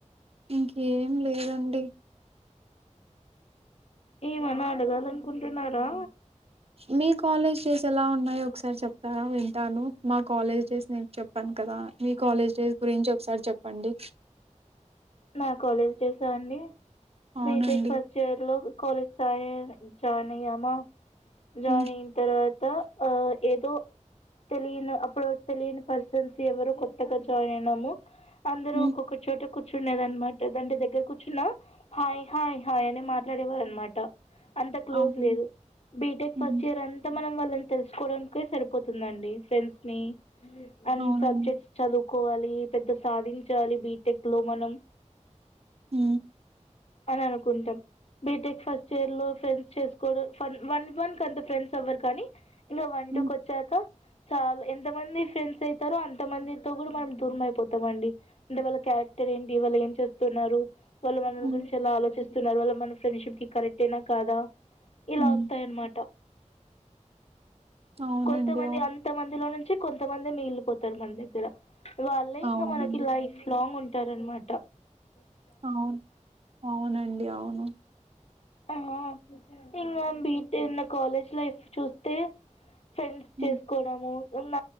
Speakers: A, on the right; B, on the left.
A: ఇంకేం లేదండి
B: ఏమన్న అడగాలనుకుంటున్నారా
A: మీ కాలేజ్ డేస్ ఎలా ఉన్నాయో ఒకసారి చెప్తారా వింటాను మా కాలేజ్ డేస్ నేను చెప్పాను కదా మీ కాలేజ్ డేస్ గురించి ఒకసారి చెప్పండి
B: నా కాలేజ్ డేసా అండి
A: అవునండి
B: బీటెక్ ఫస్ట్ ఇయర్ కాలజ జాయిన్ అయ్యామా జాయిన్
A: ఉమ్
B: అయిన తర్వాత ఆ ఏదో తెలియని అప్పుడు తెలియని పర్సన్స్ ఎవరు కొత్తగా జాయిన్ అయినాము అందరం
A: ఉమ్
B: ఒక్కొక్క చోట కూర్చుండదనమాట దాంట దగ్గర కూర్చున్నా హాయ్ హాయ్ అనే మాట్లాడేవారన్నమాట అంత క్లోజ్
A: అవును
B: లేదు బీటెక్
A: ఉమ్
B: ఫస్ట్ ఇయర్ అంత మనం వాళ్ళని తెలుసుకోవడానికే సరిపోతదండి ఫ్రెండ్స్ ని అన్ని
A: అవునండి
B: సబ్జెక్ట్స్ చదువు కోవాలి పెద్ద సాధించాలి బీటెక్ లో మనం
A: హ్
B: అని అనుకుంటాం బీటెక్ ఫస్ట్ ఇయర్ లో ఫ్రెండ్స్ చేసుకోవడం వన్ వన్ మనకు అంత ఫ్రెండ్స్ అవ్వరు కానీ ఇలా వన్ టూ
A: ఉమ్
B: కి వచ్చాక చాలా ఎంతమంది ఫ్రెండ్స్ అవుతారో అంతమందితో కూడా మనం దూరం అయిపోతాం అండి అంటే వల్ల క్యా ఏంటి వాళ్ళు ఏం చేస్తున్నారు వాళ్ళు మన
A: ఉమ్
B: గురించి ఎలా ఆలోచూస్తున్నారు స్తున్నారు వాళ్ళ మన ఫ్రెండ్షిప్ కి కరెక్ట్ అయినా కాదా ఇలా
A: ఉమ్
B: వోస్తాయి అన్నమాట
A: అవునండి
B: కొంతమంది
A: అవును
B: అంత మందిలో నుంచి కొంతమందే మిగిలిపోతారు మన దగ్గర వాళ్ళే ఇంగా
A: అవునండి
B: మనకి లైఫ్ లాంగ్ ఉంటారన్న మాట
A: అవును అవునండి అవును
B: ఆ ఇంగా బీటు న్న కాలేజ్ లైఫ్ చూస్తే ఫ్రెండ్స్
A: ఉమ్
B: చేసుకోవడము ఉన్న